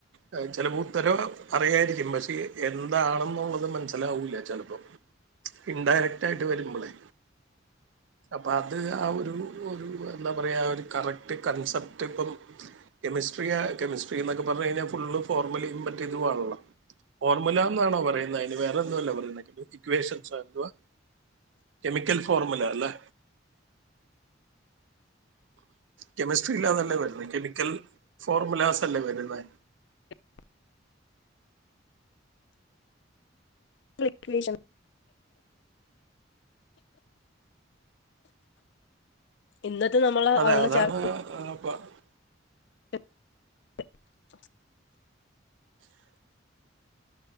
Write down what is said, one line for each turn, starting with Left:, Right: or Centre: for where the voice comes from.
Right: എ ചെലപ്പോ ഉത്തരോണ അറിയായിരിക്കും പക്ഷെ എ എന്താണെന്നുള്ളത് മനസ്സിലാവൂല്ല ചെലപ്പോ ഇൻഡയറക്റ്റായിട്ട് വരുമ്പൊളെ
Left: ഉ
Right: അപ്പ അത് ആ ഒരു ഒരു എന്താ പറയാ ഒരു കറക്ട് കൺസെപ്ട് ഇപ്പം കെമി കമിസ്ട്രിയാ കെമിസ്ട്രി എന്നൊക്കെ പറഞ്ഞു കഴിഞ്ഞാൽ ഫുള്ളും ഫോർമലിയും മറ്റേതുവാണ്ല്ല ഫോർമുല എന്നാണോ പറയുന്നേ അയ്ന് വേറെ എന്തോല്ലേ പറയുന്നേ ഇക്വേഷൻസ് എന്തുവാ കെമിക്കൽ ഫോർമുല അല്ലേ
Left: <unintelligible>
Right: കെമിസ്ട്രിൽ അതല്ലേ വരുന്നേ കെമിക്കൽ ഫോർമുലാസ് അല്ലേ വരുന്നത്
Left: <unintelligible> ഇ ഇ ഇക്വേഷൻ ഇന്നത്തെ നമ്മള
Right: അതെ
Left: അവൾട
Right: അതാണ്
Left: ചാന
Right: <unintelligible>
Left: എ എ്